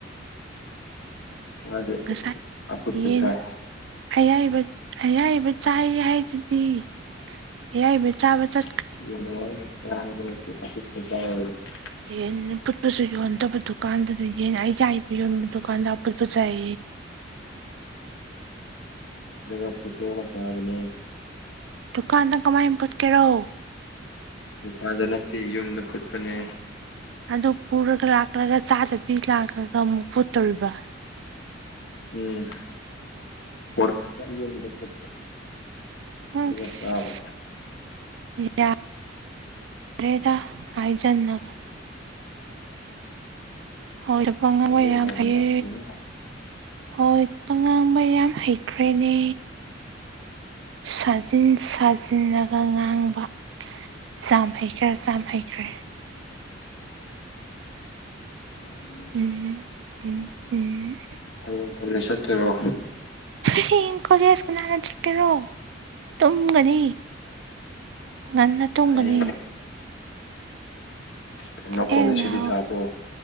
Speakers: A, on the left; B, on the right.
A: ꯃꯥꯗꯤ
B: ꯉꯁꯥꯏ
A: ꯑꯐꯨꯠꯄ
B: ꯌꯦꯟ
A: ꯆꯥꯏ
B: ꯑꯌꯥꯏꯕ ꯑꯌꯥꯏꯕ ꯆꯥꯏ ꯍꯥꯏꯗꯨꯗꯤ ꯑꯌꯥꯏꯕ ꯆꯥꯕ ꯆ
A: <unintelligible>
B: ꯌꯦꯟ ꯑ ꯐꯨꯠꯄꯁꯨ ꯌꯣꯟꯗꯕ ꯗꯨꯀꯥꯟꯗꯗꯤ ꯌꯦꯟ ꯑꯩꯁ ꯏꯕ ꯌꯣꯟꯕ ꯗꯨꯀꯥꯟꯗ ꯑꯐꯨꯠꯄꯁꯨꯥꯏ
A: ꯑ ꯄꯨꯇ꯭ꯔꯣ ꯁꯥꯕꯅꯦ
B: ꯗꯨꯀꯥꯟꯗ ꯀꯃꯥꯏ ꯄꯨꯨꯠꯀꯦꯔꯣ
A: ꯗꯨꯀꯥꯟꯗ ꯅꯠꯇꯦ ꯌꯨꯝꯗ ꯐꯨꯠꯄꯅꯦ
B: ꯑꯗꯨ ꯄꯨꯔꯒ ꯂꯥꯛꯂꯒ ꯆꯥꯗꯕꯤ ꯂꯥꯛꯂꯒ ꯑꯃꯨꯛ ꯄꯨꯠꯇꯣꯔꯤꯕ
A: ꯎꯝ <unintelligible>
B: ꯑꯁ
A: ꯑꯗꯨꯒ ꯆꯥꯕ
B: ꯌꯥꯔꯦꯗ ꯑꯥꯏꯖꯟ ꯅ ꯑꯣꯏꯗꯕ ꯉꯥꯡꯕ
A: ꯍꯩꯖꯤꯜꯂꯕ
B: ꯌꯥꯝ ꯍꯩꯌꯦ
A: ꯅꯠꯇꯦꯅꯦ
B: ꯍꯣꯏ ꯄꯉꯥꯡꯕ ꯌꯥꯝ ꯍꯩꯈ꯭ꯔꯦꯅꯦ ꯁꯥꯖꯤꯟ ꯁꯥꯖꯤꯟꯂꯒ ꯉꯥꯡꯕ ꯖꯥꯝ ꯍꯩꯈ꯭ꯔꯦ ꯆꯝ ꯍꯩꯈꯔꯦ
A: ꯎꯝ
B: ꯎꯝ ꯎꯝ ꯎꯝ
A: ꯍꯌꯦꯡ ꯀꯣꯂꯦꯖ ꯆꯠꯇꯣꯏꯔꯣ
B: ꯍꯌꯦꯡ ꯀꯣꯂꯦꯖ ꯀꯅꯥꯅ ꯆꯠꯀꯦꯔꯣ ꯇꯨꯝꯒꯅꯤ ꯉꯟꯅ ꯇꯨꯝꯒꯅꯤ
A: ꯍꯌꯦꯡ ꯀꯩꯅꯣ
B: ꯊꯦꯡꯅ
A: ꯀꯣꯂꯦꯖ ꯁꯨꯇꯤ ꯊꯥꯕ꯭ꯔꯣ